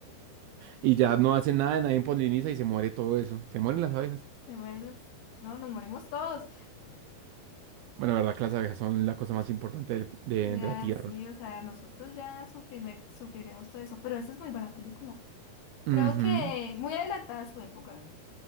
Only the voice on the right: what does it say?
Y ya no hacen nada, nadie poliniza y se muere todo eso. Se mueren las abejas.
Bueno, la verdad que las abejas son la cosa más importante del- de,
de la tierra.
Ujú.